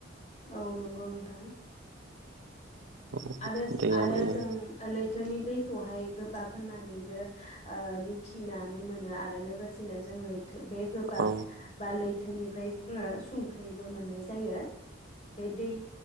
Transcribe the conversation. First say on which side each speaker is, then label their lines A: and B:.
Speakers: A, on the left; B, on the right.
A: औ नंगौ नोंथां।
B: औ
A: आरो
B: दैया
A: आरो
B: माने
A: जों लैथोनि दै खौहाय गोबाब होनानैबो ओ मिथिनानै मोनो आरो लोगोसेनो जों लै बे गोबाब
B: औ
A: बा लै थोनिफ्राय जोङो संख्रिबो मोननाय जायो। बे दै